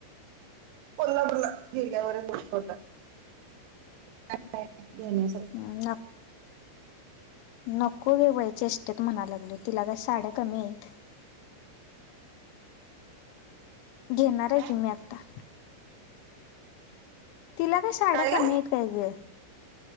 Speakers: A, on the right; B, on the left.
A: कोला बल्ला हिरग्यावरष्ट होतातण्यास.
B: ना नको घेवायचेष्टेत म्हणायला लागले तिला काय साड्या कमी आहेत. घेणार आहे
A: काय
B: की मी आता.
A: <unintelligible>
B: तिला का शाड्या
A: काय
B: कमी
A: गं
B: आहेत काय ग?